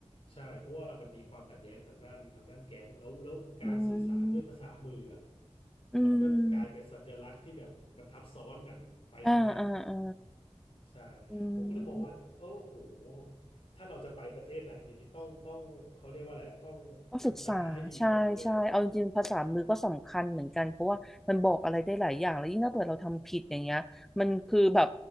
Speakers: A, on the left (about 55°); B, in the centre.
A: ใช่เพราะว่ามันมีความขัดแย้งทางด้านทางด้านแก๊งแล้วแล้วการสื่อสารด้วยภาษามืออ่ะ
B: อืมอื
A: มันก็กลายเป็นสัญลักษณ์ที่แบบมันทับซ้อนกันไปซะงั้น
B: ม อ่าอ่าอ่า
A: ใช่
B: อื
A: ผมก็เลยมองว่าโอ้โห
B: ม
A: ถ้าเราจะไปประเทศไหนดีต้องต้องเขาเรียกว่าอะไรอะต้องศึกษาให้ดีก่อนเลย
B: ก็ศึกษาใช่ใช่เอาจริงๆภาษามือก็สำคัญเหมือนกันเพราะว่ามันบอกอะไรได้หลายอย่างแล้วยิ่งถ้าเกิดเราทำผิดอย่างเงี้ยมันคือแบบ
A: ใช่